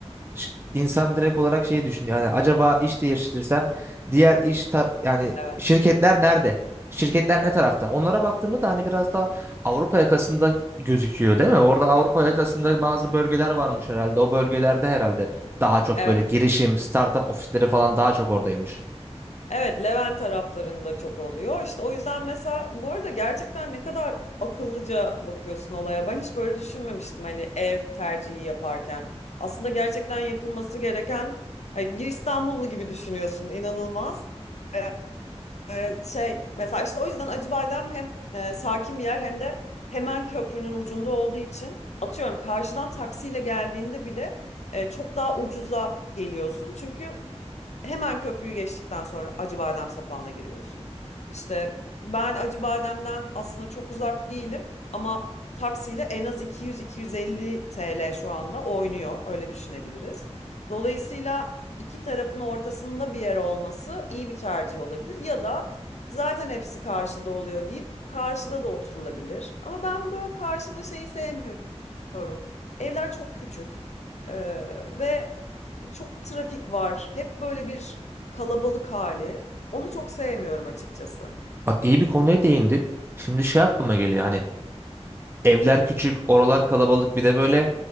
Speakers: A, on the right; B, on the left.
A: ş- insan direkt olarak şey düşünüyor. Yani acaba iş değiştirirsem diğer iş tar yani
B: Evet.
A: şirketler nerede? Şirketler
B: Evet.
A: ne tarafta? Onlara baktığımda da hani biraz daha Avrupa yakasında gözüküyor değil mi? Orada Avrupa yakasında bazı bölgeler varmış herhalde. O bölgelerde herhalde daha çok
B: Evet.
A: böyle girişim, startup ofisleri falan daha çok oradaymış.
B: Evet, Levent taraflarında çok oluyor. İşte o yüzden mesela bu arada gerçekten ne kadar akıllıca bakıyorsun olaya. Ben hiç böyle düşünmemiştim hani ev tercihi yaparken. Aslında gerçekten yapılması gereken hani bir İstanbullu gibi düşünüyorsun. İnanılmaz. Ee, Ee, şey mesela işte o yüzden Acı Badem hem e, sakin bir yer hem de hemen köprünün ucunda olduğu için atıyorum karşıdan taksiyle geldiğinde bile e, çok daha ucuza geliyorsun. Çünkü Hemen köprüyü geçtikten sonra Acıbadem sapağına giriyorsun. İşte ben Acıbadem'den aslında çok uzak değilim ama taksiyle en az 200-250 TL şu anda oynuyor. Öyle düşünebiliriz. Dolayısıyla iki tarafın ortasında bir yer olması iyi bir tercih olabilir. Ya da zaten hepsi karşıda oluyor deyip karşıda da oturulabilir. Ama ben böyle karşıda şeyi sevmiyorum. Diyorum. Evler çok küçük Ee, ve çok trafik var. Hep böyle bir kalabalık hali. Onu çok sevmiyorum açıkçası.
A: Bak iyi bir konuya değindin. Şimdi şey aklıma geliyor hani evler küçük, oralar kalabalık bir de böyle